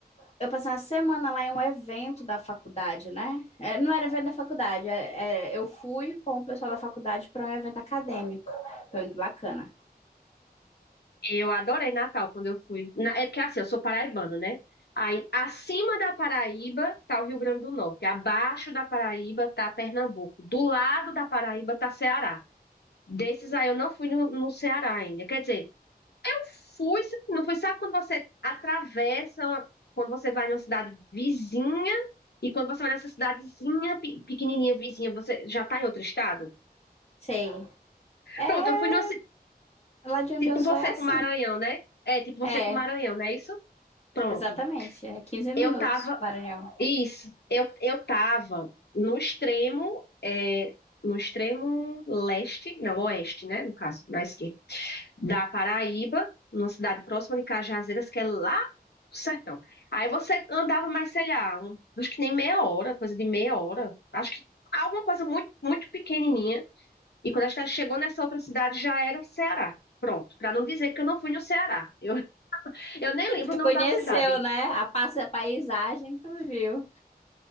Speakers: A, on the left; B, on the left.
A: eu passei uma semana lá em um evento da faculdade, né? É, não era evento da faculdade, é- é, eu fui com o pessoal da faculdade para um evento acadêmico. Foi muito bacana.
B: Eu adorei Natal quando eu fui. Na- É porque assim, eu sou paraibano, né? Aí, acima da Paraíba tá o Rio Grande do Norte, abaixo da Paraíba tá Pernambuco, do lado da Paraíba tá Ceará. Desses aí eu não fui no, no Ceará ainda. Quer dizer, eu fui, não fui, sabe quando você atravessa, uma- quando você vai numa cidade vizinha e quando você vai nessa cidadezinha pe- pequenininha vizinha, você já tá em outro estado?
A: Sei. É,
B: Pronto, eu fui numa, ci-
A: lá de onde
B: tipo
A: eu sou
B: você
A: é assim.
B: com Maranhão, né? É, tipo você
A: É,
B: com Maranhão, não é isso? Pronto.
A: exatamente. É 15 minutos,
B: Eu tava,
A: Maranhão.
B: isso, eu, eu tava no extremo, é, no extremo leste, não, oeste, né, no caso, na esquerda, da Paraíba, numa cidade próxima de Cajazeiras, que é lá no sertão. Aí você andava mais, sei lá, um- acho que nem meia hora, coisa de meia hora, acho que alguma coisa muito, muito pequenininha. E quando a gente chegou nessa outra cidade, já era Ceará. Pronto, para não dizer que eu não fui no Ceará. Eu, eu nem lembro
A: Tu
B: o nome
A: conheceu,
B: da cidade.
A: né? A passa a paisagem, tu viu.